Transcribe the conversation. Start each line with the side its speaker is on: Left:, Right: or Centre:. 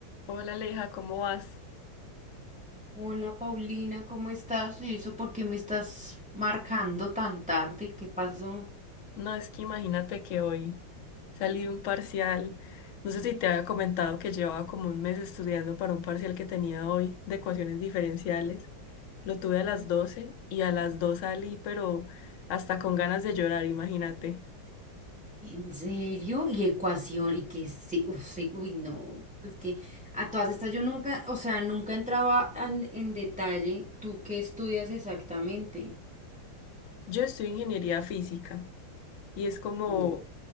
Left: Hola Aleja, ¿cómo vas?
Centre: Hola Paulina, ¿cómo estás? ¿Y eso por qué me estás marcando tan tarde? ¿Qué pasó?
Left: No, es que imagínate que hoy salí de un parcial. No sé si te había comentado que llevaba como un mes estudiando para un parcial que tenía hoy de ecuaciones diferenciales. Lo tuve a las 12 y a las 2 salí, pero hasta con ganas de llorar, imagínate.
Centre: ¿En serio? ¿Y ecuación? ¿Y que sí? Uf, sí, Uy, no. Pues que a todas estas yo nunca, o sea, nunca entraba en, en detalle. ¿Tú qué estudias exactamente?
Left: Yo estudio ingeniería física y es como
Centre: Mm.